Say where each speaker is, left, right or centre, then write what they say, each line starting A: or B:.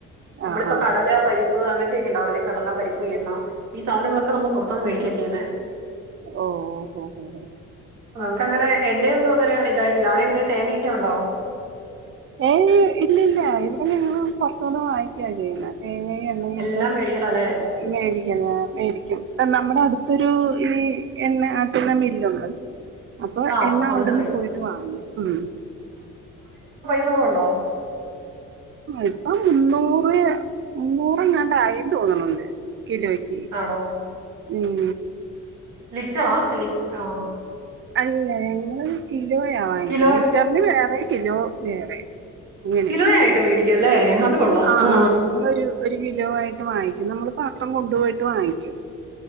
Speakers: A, on the right; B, on the right.
A: നമ്മളിപ്പം
B: ആഹ് ആഹ്
A: കടലയോ പരിപ്പ് അങ്ങനത്തെയൊക്കെ ഉണ്ടാവില്ലേ കടല പരിപ്പ് എണ്ണ ഈ സാധനങ്ങളൊക്കെ നമ്മള് പൊറത്തൂന്ന് മേടിക്യ ചെയ്യ്ന്നെ
B: ഓഹ് ഓഹ് ഓഹ് ഓഹ്
A: ക്ക്‌ അങ്ങനെ എണ്ണയൊന്നും അങ്ങനെ ഇതായിട്ടില്ല അവിടെ എങ്ങനെ തേങ്ങയൊക്കെ ഒണ്ടോ
B: ഏയ് ഇല്ലില്ല ഇവിടെ ഞങ്ങള് പൊറത്തൂന്ന് വാങ്ങിക്കുവാ ചെയ്യുന്നെ തേങ്ങേം എണ്ണേം
A: എല്ലാം
B: ഒക്കെ
A: മേടിക്കലോ അല്ലേ
B: മേടിക്ക മേടിക്കും കാ നമ്മുടെ അട് ത്തോരു ഈഎണ്ണ ആട്ടുന്ന മില്ലോണ്ട് അപ്പൊ
A: ആ
B: എണ്ണ അവിടുന്ന്
A: മേടിക്കും
B: പോയിട്ട് വാങ്ങും ഉം
A: ചോറൊണ്ടോ
B: ഇപ്പം മുന്നൂറ് മുന്നൂറ് എങ്ങാണ്ട് ആയീന്ന് തോന്നണുണ്ട് കിലോയിക്ക്
A: ആണോ
B: ഉം
A: ലിറ്ററോ ലി ആഹ്
B: അല്ല ഞങ്ങള് കിലോയാ വാങ്ങിക്കുന്നെ.
A: കിലോ
B: ലിറ്ററിന് വേറെ കിലോ വേറെ അങ്ങനെ
A: കിലോയായിട്ട് മേടിക്കും അല്ലേ അത് കൊള്ളാം
B: ആഹ്
A: ആ
B: നിങ്ങളൊരു ഒരു കിലോ ആയിട്ട് വാങ്ങിക്കും നമ്മള് പാത്രം കൊണ്ടുപോയിട്ട് വാങ്ങിക്കും